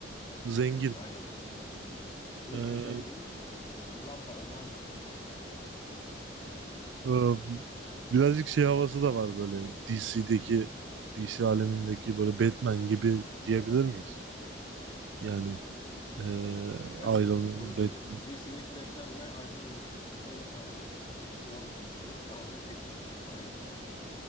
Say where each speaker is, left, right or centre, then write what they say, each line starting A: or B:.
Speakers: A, on the right (about 80°); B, on the left (about 30°).
A: zengin.
B: aynen. Zeki,
A: Ee,
B: zengin, eee, zampara daha ne olsun yani.
A: e, birazcık şey havası da var böyle DC'deki DC alemindeki böyle Batman gibi diyebilir miyiz? Yani eee
B: Evet,
A: ayrılmayı
B: doğru söylüyorsun.
A: Batman.
B: DC'deki Batman'le Iron Man uyuşuyor. Çünkü o da tamamen hani doğaüstü bir gücü yok. Tamamen teknolojiyi, parayı kullanarak